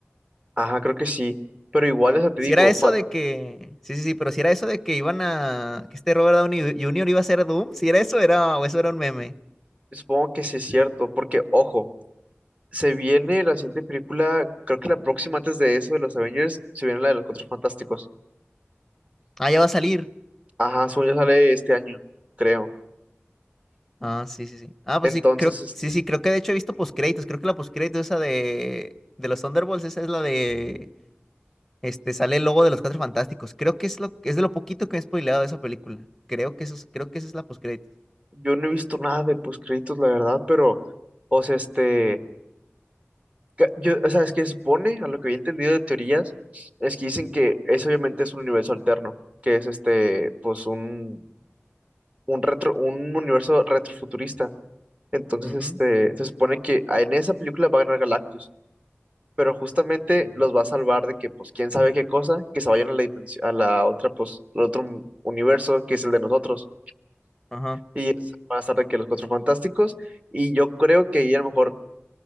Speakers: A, on the right; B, in the centre.
A: Ajá, creo que sí. Pero igual, o sea, te
B: Si
A: digo,
B: era eso
A: fa-
B: de que, sí, sí, sí, pero si era eso de que iban a, que este Robert Downey Jr. iba a ser Doom, si era eso, era, o eso era un meme.
A: supongo que sí es cierto, porque ojo, se viene la siguiente película, creo que la próxima antes de eso de los Avengers, se viene la de los Cuatro Fantásticos.
B: Ah, ya va a salir.
A: Ajá, según yo sale este año, creo.
B: Ah, sí, sí, sí. Ah, pues
A: Entonces,
B: sí, creo,
A: este,
B: sí, sí, creo que de hecho he visto postcréditos. Creo que la postcrédito esa de, de los Thunderbolts, esa es la de, este, sale el logo de los Cuatro Fantásticos. Creo que es lo, es de lo poquito que me he spoileado de esa película. Creo que eso, es- creo que esa es la postcréditos.
A: yo no he visto nada de créditos la verdad, pero, o sea, este, ca- yo, o sea, es que se supone, a lo que había entendido de teorías, es que dicen que eso obviamente es un universo alterno, que es este, pues un, un retro, un universo retrofuturista. Entonces,
B: Ujú.
A: este, se supone que a- en esa película va a ganar Galactus, pero justamente
B: Mm.
A: los va a salvar de que, pues, quién sabe qué cosa, que se vayan a la dimensión, a la otra, pues, al otro universo, que es el de nosotros.
B: Ajá.
A: Y es- van a estar de que los Cuatro Fantásticos. Y yo creo que ahí a lo mejor